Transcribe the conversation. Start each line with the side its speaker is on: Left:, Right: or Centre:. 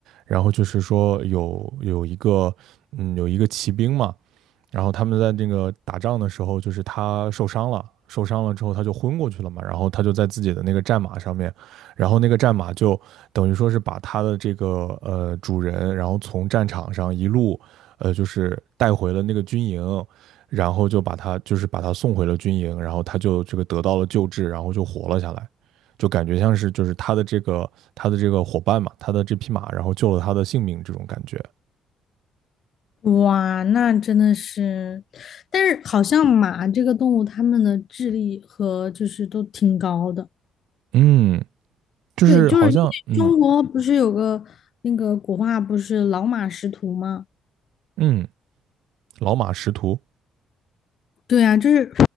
Right: 然后就是说有有一个，嗯，有一个骑兵嘛，然后他们在那个打仗的时候，就是他受伤了，受伤了之后他就昏过去了嘛，然后他就在自己的那个战马上面，然后那个战马就等于说是把他的这个呃主人，然后从战场上一路呃就是带回了那个军营，然后就把他就是把他送回了军营，然后他就这个得到了救治，然后就活了下来，就感觉像是就是他的这个他的这个伙伴嘛，他的这匹马，然后救了他的性命这种感觉，
Left: 哇，那真的是，但是好像马这个动物，它们的智力和就是都挺高的。
Right: 嗯，就是好像嗯
Left: 对，就是因为中国不是有个那个古话，不是老马识途吗？
Right: 嗯。老马识途
Left: 对啊，就是